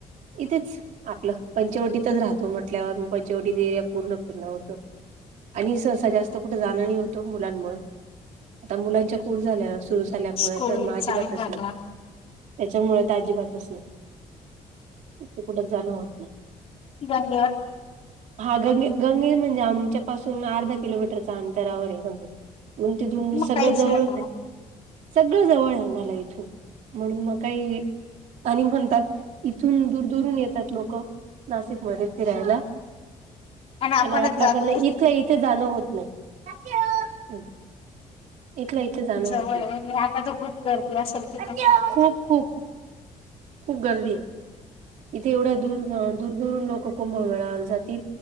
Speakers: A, on the right (about 75°); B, on the left (about 45°).
A: इथेच, आपलं पंचवटीतच राहतो म्हंटल्यावर मंग पंचवटी एरिया पूर्ण फिरण होतं. आणि सहसा जास्तं कुठे जाणं नाहीं होतों मुलांमुळे आता मुलांच्या ई स्कूल सुरू झाल्या आता. सुर झाल्यामुळें
B: स्कूल
A: तर अजिबातच
B: चालू झाला
A: नसेल. त्यांच्यामुळे अजिबातच नाहीं, ते कुठच जाणं होतं नाहीं.
B: धन्यवाद!
A: हा गंगे गंगे म्हणजे आमच्या पासून अर्ध्या किलोमीटरच्या अंतरावर आहे गंगे. मण तिथून
B: मग
A: सगळं
B: काहीच
A: जवळचं
B: नाही ना
A: आहे, सगळं जवळ आहे. आम्हांला इथून म्हणून मंग कांहीं, आणि म्हणतात इथून दूर दूरून येतात लोकं. नाशिक मध्यें फिरायला
B: आपणच
A: आणि आपल्याकडं
B: जात नाही
A: इथल्या इथे जाणं होत नाही. हॉपि हो. इथल्या इथे जाणं
B: जवळ
A: होतं नाहीं,
B: आहे म्हणजे आता तर खूप गर्दी असेल तिथं
A: हॉहो खूप खूप खूप गर्दी आहे. इथे एवढ्या दूर दूर दुरून लोक कुंभमेळा साठी जातील